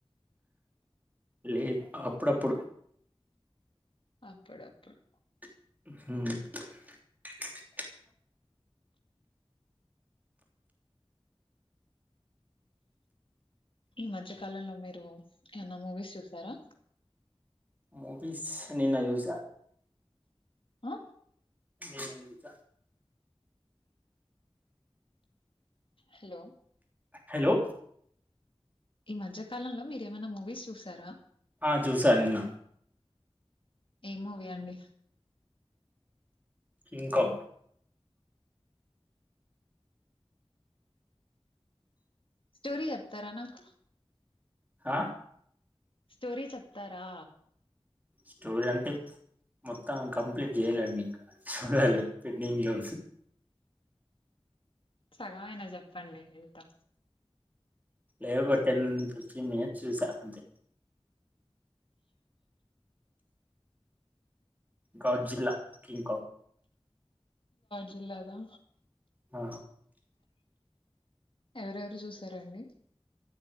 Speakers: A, on the right (about 15°); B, on the left (about 55°).
A: లేదు అప్పుడప్పుడు
B: అప్పుడప్పుడు
A: హ
B: ఈ మధ్యకాలంలో మీరు ఏమన్న మూవీస్ చూసారా
A: మూవీస్ నిన్న చూసా
B: ఆ
A: ఏకా
B: హలో
A: హలో
B: ఈ మధ్య కాలంలో మీరు ఏమైనా మూవీస్ చూసారా
A: ఆ చూసా నిన్న
B: ఏ మూవీ అండి
A: కింకగ్
B: స్టోరీ చెప్తారా నాకు
A: ఆ
B: స్టోరీ చెప్తారా
A: స్టోరీ అంటే మొత్తం కంప్లీట్ చేయాలేండి ఇంకా చూడాలి పెన్నంగ్ లో
B: సగమయినా చెప్పండి వెళ్తా
A: లేలైవ్బట్టన్ పృి మీ శ్రీస అంతే గ జిల్లా కంకో
B: జిల్లాదా
A: ఆ
B: ఎవరెవరు చూసారండి